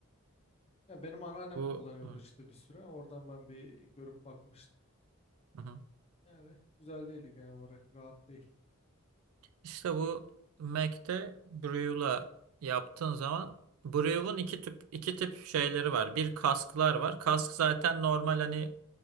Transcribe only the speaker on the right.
Bu
hı hı.
Hı hı.
İşte bu Mac'te Brew'la yaptığın zaman Brew'un iki tip iki tip şeyleri var. Bir kasklar var. Kask zaten normal hani